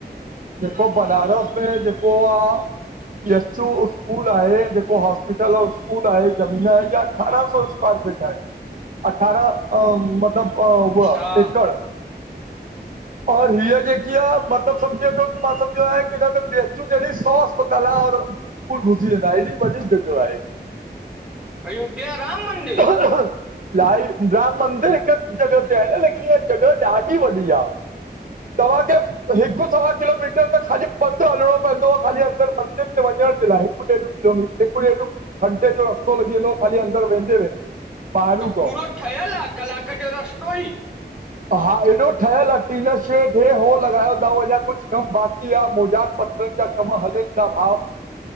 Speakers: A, on the right; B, in the centre.
A: जेको बनारस में जेको आह बिएचओ स्कूल आहे जेको हॉस्पिटल औ स्कूल आहे ज़मीन आहे इया अठारह सौ स्कायर फीट आहे अठारह अ मतिलब अ उह
B: हा
A: एकड़ और हीअ जेकी आहे मतिलबु सम्झे वठो की मां सम्झंदो आहियां की हिन में बिएचयू जहिड़ी सॉ अस्पताल आह और कुल घुसी वेंदा हेॾी वॾी जॻियो आहे
B: अयोध्या राम मंदिर
A: ह लाइ राम मंदिर हिक जॻह ते आहे न लेकिन इहा जॻह ॾाढी वॾी आह तव्हांखे हिकु सवा किलोमीटर त ख़ाली पंधु हलणो पवंदो आहे ख़ाली अंदरि मंदर ते वञण जे लाइ डेढ किलोमीटर हिकु ॾेढ घंटे जो रस्तो लॻी वेंदो ख़ाली अंदर वेंदे वेंदे ॿाहिरूं
B: त
A: खां
B: पूरो ठहियलु आहे कलाक जो रस्तो ई
A: हा हेएॾो ठहियल आहे टीनाश्रे ठे हो लॻायो थव अञां कुझु कमा बाकी आ मोजाक पथ जा कम हलनि था भाउ